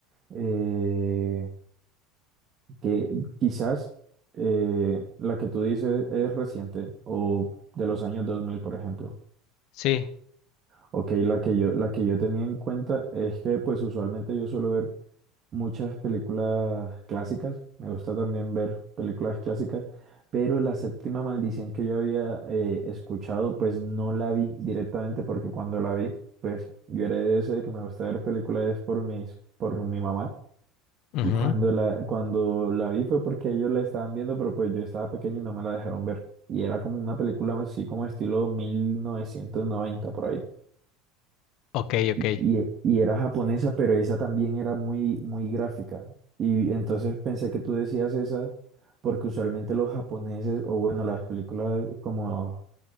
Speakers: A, on the right; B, on the left.
A: eh, que quizás eh, la que tú dices es reciente o de los años 2000, por ejemplo.
B: Sí.
A: Ok, la que yo, la que yo tenía en cuenta es que pues usualmente yo suelo ver muchas películas clásicas, me gusta también ver películas clásicas, pero la séptima maldición que yo había eh, escuchado pues no la vi directamente porque cuando la vi pues yo era de ese de que me gusta ver películas por mis, por mi mamá
B: ujú,
A: y cuando la, cuando la vi fue porque ellos la estaban viendo pero pues yo estaba pequeño y no me la dejaron ver y era como una película así como estilo 1990 por ahí.
B: Ok, ok.
A: Y, y era japonesa, pero esa también era muy, muy gráfica. Y entonces pensé que tú decías esa, porque usualmente los japoneses, o bueno, las películas como,